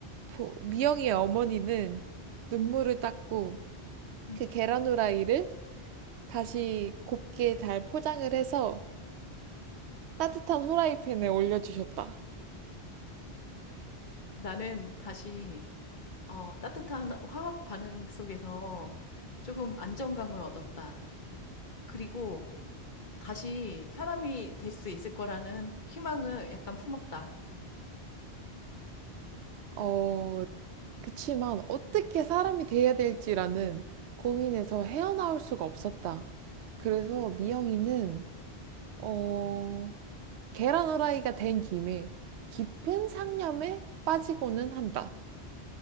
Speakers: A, on the right; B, on the left.
A: 보- 미영이의 어머니는 눈물을 닦고
B: 음.
A: 그 계란후라이를 다시 곱게 잘 포장을 해서 따뜻한 후라이팬에 올려주셨다.
B: 나는 다시 어, 따뜻한 화학 반응 속에서 조금 안정감을 얻었다. 그리고 다시 사람이 될 수 있을 거라는 희망을 약간 품었다.
A: 어, 그치만 어떻게 사람이 돼야 될지라는 고민에서 헤어나올 수가 없었다. 그래서 미영이는, 어, 계란 후라이가 된 김에 깊은 상념에 빠지고는 한다.